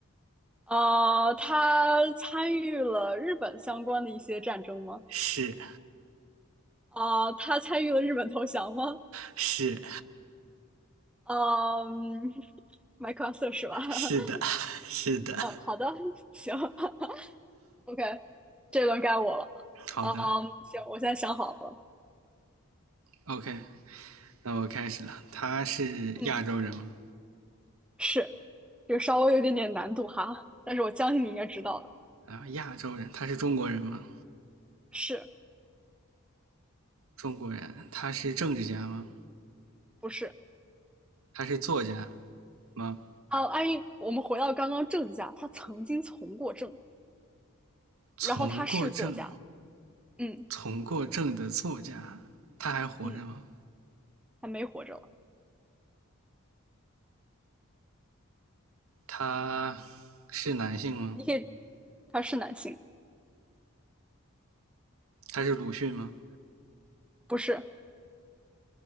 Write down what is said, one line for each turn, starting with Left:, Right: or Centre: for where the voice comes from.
Centre: 啊，呃他参与了日本相关的一些战争吗？
Right: 是
Centre: 啊、呃他参与了日本投降吗？
Right: 是
Centre: 嗯麦克 c r f 是吧？<laughs>
Right: 是的，是的，
Centre: 嗯，好的，<laughs> 行 <laughs>，OK，这轮该我了。
Right: 好的
Centre: 嗯，行，我现在想好了。
Right: ，OK，那我开始了。她是亚洲人吗？
Centre: 嗯，是，就稍微有一点点难度哈，但是我相信你应该知道的。
Right: 啊，亚洲人，她是中国人吗？
Centre: 是
Right: 中国人，她是政治家吗？
Centre: 不是？
Right: 她是作家吗？
Centre: 啊，安逸，我们回到刚刚政治家，他曾经从过政，
Right: 从过政，
Centre: 然后他是作家。嗯
Right: 从过政的作家，她还活着吗？
Centre: 嗯，他没活着了。
Right: 他是男性吗？
Centre: 你可以，他是男性，
Right: 他是鲁迅吗？
Centre: 不是？